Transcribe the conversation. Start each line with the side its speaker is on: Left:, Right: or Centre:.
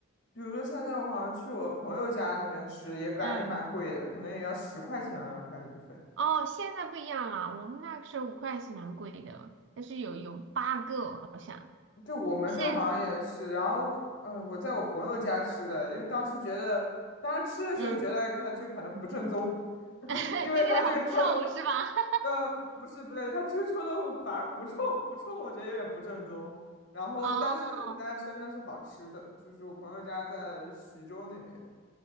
Left: 比如说现在我好像去我朋友家那边吃，也感觉也蛮贵的，
Right: 嗯。
Left: 可能也要十块钱了，快一份。
Right: 哦，现在不一样了，我们那个时候五块是蛮贵的，但是有有八个好像。
Left: 对，我们这好像也是。
Right: 现
Left: 然后我，呃，我在我朋友家吃的，因为当时觉得，当时吃的时候觉得他这可能不正宗，
Right: 嗯，
Left: <laughs>
Right: <laughs>
Left: 因为他这个臭豆，
Right: 这里的好臭是吧？<laughs>
Left: 呃，不是不对，他这个臭豆腐反而不臭，不臭，我觉得有点不正宗。然后，
Right: 哦，
Left: 但是但是真的是好吃的，就是我朋友家在徐州那边。